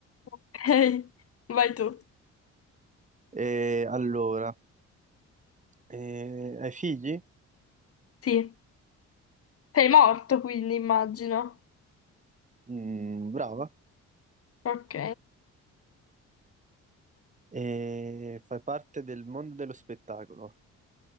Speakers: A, on the left; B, on the right.
A: ok. vai tu.
B: E allora, eh, hai figli?
A: Sì. Sei morto, quindi immagino.
B: Mm, brava.
A: Ok.
B: E fai parte del mondo dello spettacolo?